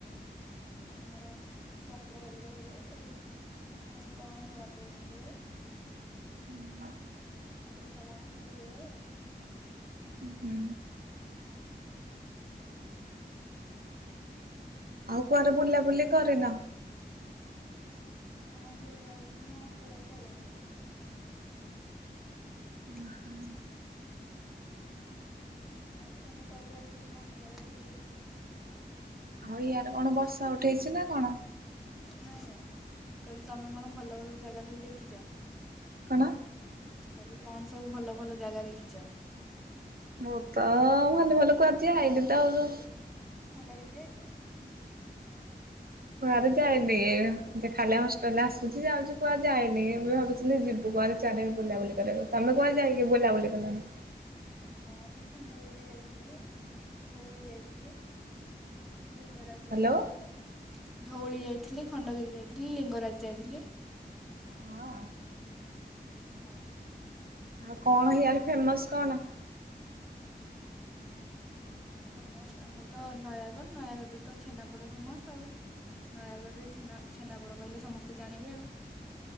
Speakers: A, in the centre; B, on the right.
A: ଆମର ଯାତ୍ରା ହାରିକା ହୁଏ ସବୁ ସମସ୍ତଙ୍କର ନୂଆ ଡ୍ରେସ୍ ହୁଏ।
B: <inaudible>
A: ଆଉ ପିଠାପଣା ସବୁ ହୁଏ ଆଉ।
B: ହୁଁ। ଆଉ କୁଆଡେ ବୁଲାବୁଲି କରିନ?
A: ହଁ ବୁଲା ବୁଲି ନା ଏବେ ଆଉ କରିନି ଯେ।
B: <inaudible>
A: ଆଉ ତମେ କୁଆଡେ କୁଆଡେ ସବୁ କଣ ଜାଗା ସବୁ ଦେଖିଚ?
B: ଆଉ ଇଆରେ କଣ ବର୍ଷା ଉଠେଇଚି ନା କଣ?
A: ନାଇଁ ନାଇଁ କଇଲି ତମେ କଣ ଭଲ ଭଲ ଜାଗା ସବୁ ଦେଖିଚ?
B: କଣ?
A: କଇଲି କଣ ସବୁ ଭଲ ଭଲ ଜାଗା ଦେଖିଚ?
B: ମୁଁ ତ ଭଲ ଭଲ କୁଆ ଯାଇନି ତ ଆଉ।
A: ଖଣ୍ଡ ଗିରି ଯାଇଚ?
B: କୁଆଡେ ଯାଏନି ଖାଲି ହଷ୍ଟେଲରେ ଆସୁଚି ଯାଉଚି କୁଆଡେ ଯାଏନି ଭାବୁଚି <unintelligible> ଯିବୁ କୁଆଡ଼େ ଚାରିଆଡେ ବୁଲାବୁଲି କରିବାକୁ ତମେ କୁଆଡେ ଯାଇକି ବୁଲାବୁଲି କଲଣି?
A: ହଁ ମୁଁ ଖଣ୍ଡଗିରି ଯାଇଥିଲି ଧୋଉଳି ଯାଇଥିଲି। ଲିଙ୍ଗରାଜ ଯାଇଥିଲି
B: ହ୍ୟାଲୋ।
A: ଧୋଉଳି ଯାଇଥିଲି ଖଣ୍ଡଗିରି ଯାଇଥିଲି ଲିଙ୍ଗରାଜ ଯାଇଥିଲି।
B: ହଁ
A: ହଁ।
B: ଆଉ କଣ ହେଆଡେ ଫେମସ କଣ?
A: ଫେମସ ଆମର ତ ନୟାଗଡ଼ ନୟାଗଡ଼ରେ ତ ଛେନାପୋଡ ଫେମସ ଆଉ। ନୟାଗଡ଼ରେ ଛେନା ଛେନାପୋଡ଼ କହିଲେ ସମସ୍ତେ ଜାଣିବେ ଆଉ।